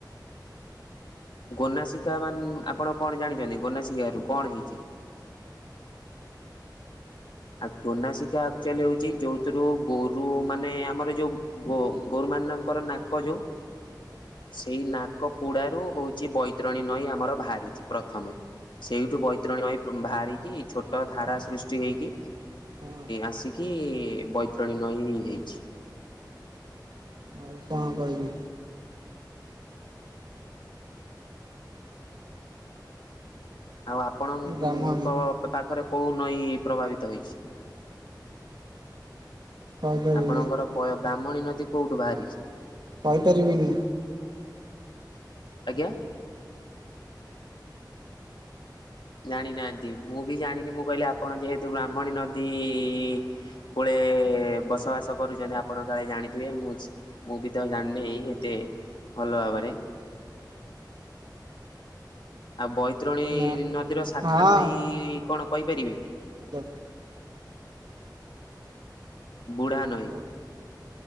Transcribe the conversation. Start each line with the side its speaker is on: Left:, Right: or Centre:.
Left: ଗୋନାସିକା ମାନ ଆପଣ କଣ ଜାଣିଛନ୍ତି ଗୋନାସିକ ରୁ କଣ ହେଇଛି? <inaudible> ଆକୋନାସିକା ଆକଚୁଲି ହଉଛି ଯୋଉଥିରୁ ଗୋରୁ ମାନେ ଆମର ଯୋଉ ଗୋ ଗୋରୁମାନଙ୍କର ନାକ ଯୋଉଁ? ସେଇ ନାକ ପୋଡାରୁ ହଉଛି ବୈତରଣୀ ନଈ ଆମର ବାହାରିଛି ପ୍ରଥମେ। ସେଇଠୁ ବୈତରଣୀ ନାଇ ବାହାରିକି ଛୋଟ ଧାରା ସୃଷ୍ଟି ହେଇକି
Right: ହଁ
Left: ଆସିକି ବୈତରଣୀ ନଈ ହେଇଛି।
Right: ଆଉ କଣ କହିବି?
Left: ଆଉ ଆପଣଙ୍କ
Right: ବ୍ରାହ୍ମଣୀ
Left: ପାଖରେ କୋଉ ନଈଁ ପ୍ରଭାବିତ ହେଇଛି?
Right: କହିପାରିବିନି
Left: ଆପଣଙ୍କର ବୟ ବ୍ରାହ୍ମଣୀ ନଦୀ କୋଉଠୁ ବାହାରିଛି?
Right: କହିପାରିବିନି।
Left: ଆଜ୍ଞା। ଜାଣିନାହାନ୍ତି ମୁଁ ବି ଜାଣିନି ମୁଁ କହିଲି ଆପଣ ଯେହେତୁ ବ୍ରାହ୍ମଣୀ ନଦୀ ଇ କୁଳେ ବସବାସ କରୁଛନ୍ତି ଆପଣ କାଳେ ଜାଣିଥିବେ ମୁଁ ମୁଁ ବି ତ ଜାଣିନେଇ ଏତେ। ଭଲ ଭାବରେ। ଆଉ ବୈତରଣୀ
Right: ନା
Left: ନଦୀର ଶାଖା
Right: ହଁ
Left: ନଈ କଣ କହିପାରିବେ?
Right: ହାଲୋ
Left: ବୁଢ଼ା ନଈ।
Right: ହାଲୋ